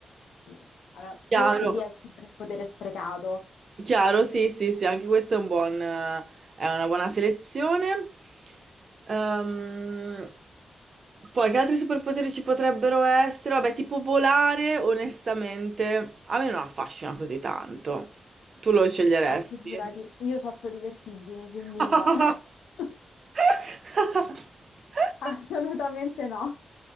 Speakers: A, on the left (about 85°); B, on the right (about 55°).
A: Sì. Allora,
B: Chiaro.
A: forse lì è il superpotere sprecato.
B: Chiaro, sì, sì, sì, anche questo è un buon, eh, è una buona selezione. Ehm, poi che altri superpoteri ci potrebbero essere? Vabbè, tipo volare, onestamente, a me non affascina così tanto. Tu lo sceglieresti?
A: Ma figurati, io soffro di vertigini, quindi
B: <laughs>
A: no, <laughs> assolutamente no.